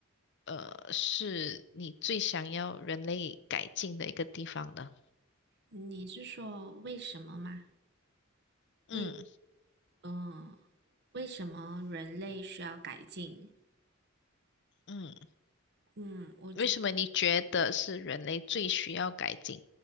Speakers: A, on the left; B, on the right.
A: 呃，是你最想要人类改进的一个地方呢？
B: 你是说为什么吗？
A: 嗯
B: 为嗯，为什么人类需要改进？
A: 嗯，
B: 嗯，我觉
A: 为什么你觉得是人类最需要改进？